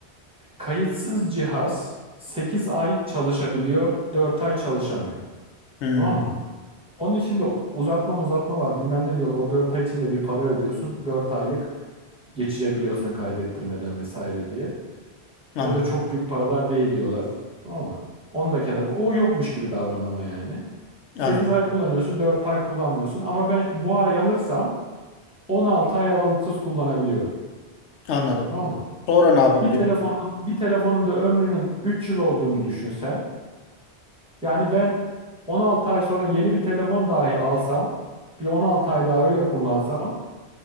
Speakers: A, in the centre; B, on the left.
A: Kayıtsız cihaz 8 ay çalışabiliyor, 4 ay çalışamıyor.
B: hı.
A: Tamam mı? Onun için de uzatma uzatma var bilmem ne diyorlar. O 4 ay içinde bir para ödüyorsun. 4 aylık geçirebiliyorsun kaydettirmeden vesaire diye.
B: Anladım.
A: O da çok büyük paralar değil diyorlar. Tamam mı? Onu da kenara koy. O yokmuş gibi davran ama yani. Sekiz
B: Anladım.
A: ay kullanıyorsun, 4 ay kullanmıyorsun. Ama ben bu ay alırsam 16 ay aralıksız kullanabiliyorum.
B: Anladım.
A: Tamam mı?
B: Sonra ne yapabiliyorum?
A: Bir telefonun bir telefonun da ömrünün 3 yıl olduğunu düşünsen. Yani ben 16 ay sonra yeni bir telefon dahi alsam, bir 16 ay daha öyle kullansam